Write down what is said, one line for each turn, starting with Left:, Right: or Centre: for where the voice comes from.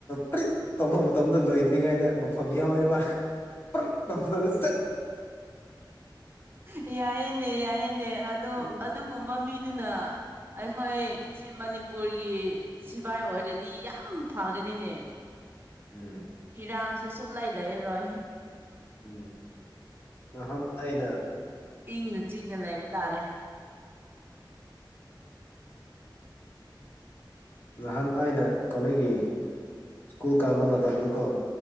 Left: ꯄ꯭ꯔꯤꯠ ꯇꯧꯕ ꯃꯇꯝꯗ ꯂꯣꯏꯗ꯭ꯔꯤꯉꯩꯗ ꯃꯐꯝ ꯌꯥꯎꯋꯦꯕꯔꯤꯠ
Right: ꯌꯥꯏꯅꯦ ꯌꯥꯏꯅꯦ ꯑꯗꯣ
Left: ꯎꯝ
Right: ꯑꯗꯨꯒꯨꯝꯕ ꯃꯤ ꯑꯗꯨꯅ ꯑꯩꯈꯣꯏ
Left: ꯑꯧ
Right: ꯁꯤ ꯃꯅꯤꯄꯨꯔꯒꯤ ꯒꯤ ꯁꯤꯚꯥꯏ ꯑꯣꯏꯔꯗꯤ ꯌꯥꯝ ꯐꯒꯅꯤꯅꯦ
Left: ꯎꯝ
Right: ꯏꯔꯥꯡꯁꯨ ꯁꯣꯛ ꯂꯩꯥꯏ ꯂꯩ ꯔꯦ
Left: ꯎꯝ ꯅꯍꯥꯟ ꯑꯩꯅ
Right: ꯏꯪꯅ ꯆꯤꯛꯅ ꯂꯩꯕ ꯇꯥꯔꯦ
Left: ꯅꯍꯥꯟ ꯑꯩꯅ ꯀꯅꯒꯤ ꯁ꯭ꯀꯨꯜ ꯀꯥꯕ ꯃꯇꯝꯗꯀꯣ